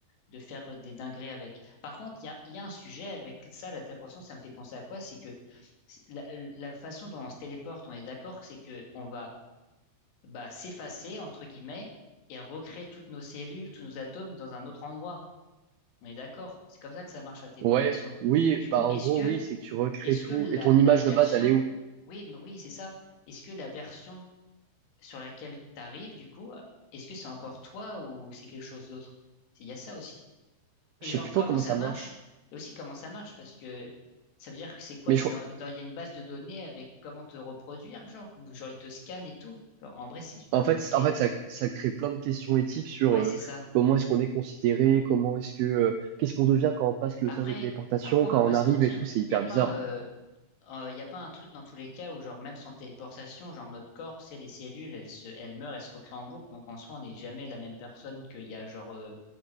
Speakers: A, on the left; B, on the right.
A: de faire euh, des dingueries avec. Par contre, il y a, il y a un sujet avec ça, la téléportation, ça me fait penser à quoi? C'est que c'est- la, la façon dont on se téléporte, on est d'accord, c'est que on va bah, s'effacer, entre guillemets, et recréer toutes nos cellules, tous nos atomes dans un autre endroit. On est d'accord? C'est comme ça que ça marche la téléportation.
B: ouais, oui,
A: Du coup,
B: bah en
A: est-ce
B: gros,
A: que,
B: oui, c'est que tu recrées
A: est-ce
B: tout
A: que la,
B: et ton
A: la
B: image
A: version,
B: de base, elle est où?
A: oui, mais oui, c'est ça. Est-ce que la version sur laquelle t'arrives, du coup, est-ce que c'est encore toi ou c'est quelque chose d'autre? Il y a ça aussi. Et
B: Je
A: genre,
B: sais plus trop
A: comment
B: comment
A: ça
B: ça
A: marche?
B: marche.
A: Et aussi comment ça marche, parce que ça veut dire que c'est quoi?
B: Mais
A: Il
B: je-
A: dans- dans- il y a une base de données avec comment te reproduire, genre, ou genre ils te scannent et tout. Genre, en vrai, c'est super
B: en
A: compliqué.
B: fait, en fait ça, ça crée plein de questions éthiques sur
A: Ouais,
B: euh,
A: c'est ça.
B: comment est-ce qu'on est considéré, comment est-ce que euh, qu'est-ce qu'on devient quand on passe le
A: Après,
B: sas de téléportation,
A: après, on
B: quand
A: va pas
B: on arrive
A: se mentir,
B: et tout, c'est hyper
A: il n'y a pas
B: bizarre.
A: un, euh, euh, y a pas un truc dans tous les cas où, genre, même sans téléportation, genre, notre corps, c'est les cellules, elles se, elles meurent, elles se recréent en boucle. Donc, en soi, on n'est jamais la même personne qu'il y a, genre, euh,